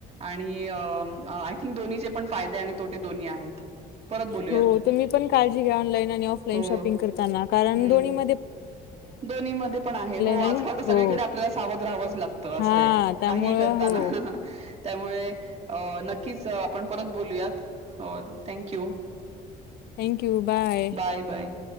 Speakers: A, on the right (about 40°); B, on the left (about 70°).
A: आणि आय थिंक दोन्हीचे पण फायदे आणि तोटे दोन्ही आहेत. परत बोलूयात
B: हो तुम्ही पण काळजी घ्या ऑनलाईन आणि ऑफलाईन
A: हो
B: शॉपिंग करताना कारण
A: हम्म
B: दोन्ही म
A: दोन्ही मध्ये पण आहे. हो
B: आणि
A: आजकाल तर सगळीकडे
B: हो
A: आपल्याला सावध राहावंच लागतं.
B: हा
A: असं आहे
B: त्यामुळं
A: काही करताना
B: हो
A: त्यामुळे अ नक्कीच आपण परत बोलूयात thank you.
B: Thank you bye.
A: Bye bye.